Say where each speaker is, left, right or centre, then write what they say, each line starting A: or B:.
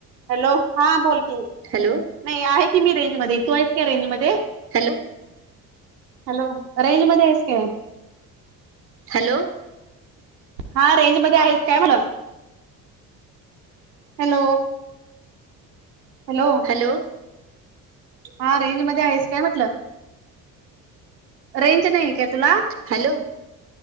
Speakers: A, on the right; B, on the right.
A: हॅलो हा बोलकी,
B: हॅलो
A: नाही आहे की मी रेंज मध्ये येतो आहे का रेंज मध्ये
B: हॅलो
A: हॅलो रेंज मध्ये आहेस काय?
B: हॅलो,
A: हा रेंज मध्ये आहेच काय मण हॅलो हॅलो,
B: हॅलो
A: हा रेंज मध्ये आहेच काय म्हटलं रेंज नाही काय तुला
B: हॅलो,